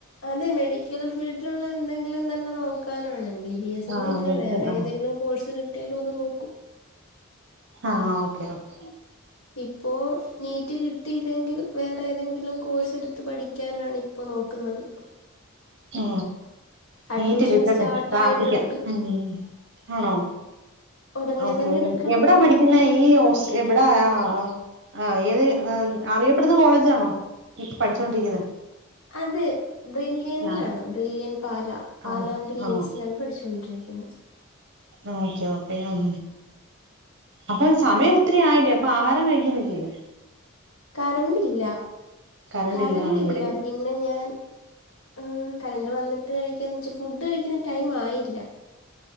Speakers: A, on the left (about 75°); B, on the right (about 60°).
A: അതെ മെഡിക്കൽ ഫീൽഡിൽിലുള്ള എന്തെങ്കിലും തന്നെ നോക്കാനാണ് എം ബി ബി എസ്ന്ന്
B: ആഹ്
A: ഇല്ല
B: മെഡിക്കൽ
A: വേറെ
B: ആഹ്
A: ഏതെങ്കിലും കോഴ്സ് കിട്ടിയാലും അത് നോക്കും
B: ആഹ് ഓക്കെ ഓക്കെ
A: ഇപ്പോ നീറ്റ് കിട്ടിയില്ലെങ്കിൽ വേറെ ഏതെങ്കിലും കോഴ്സ് എടുത്ത് പഠി ക്കാനാണ് ഇപ്പോ നോക്കുന്നത്
B: ആ നീറ്റ്
A: അഡ്മിഷൻ
B: കിട്ടട്ടെ
A: സ്റ്റാർട്ട്
B: പ്രാർത്ഥിക്കാം
A: ആയിട്ടുണ്ട്
B: ഉം ആണോ
A: ഉടനെ
B: ഓക്കെ
A: തന്നെ എടുക്കണം
B: എവിടാ പഠിക്കുന്നേ ഈ ഹോസ് എവിടാ ആ ആ ആ ഇത് അറിയപ്പെടുന്ന കോളേജാണോ ഇപ്പം പഠിച്ചോണ്ടിരിക്കുന്നേ
A: അതെ ബ്രില്യൻലാണ്
B: ആഹ്
A: ബ്രില്യൺ പാല പാല
B: ആഹ്
A: ബ്രില്യൻസിലാണ്
B: ആഹ്
A: പഠിച്ചൊണ്ടിരിക്കുന്നത്
B: ഓക്കെ ഓക്കെ ഉം അപ്പൊ സമയം ഒത്തിരി ആയില്ലേ അപ്പൊ ആഹാരം കഴിക്കുന്നില്ലേ
A: കരന്റ് ല്ല
B: കറണ്ട്
A: കരന്റ്ല്ല
B: ഇല്ല ഇവിടെയും
A: പിന്നെ ഞാൻ ഉം കരന്റ് വന്ന്ട്ട് കഴിക്കാന്ന് ച്ചു ഫുഡ് കഴിക്കുന്ന ടൈമായില്ല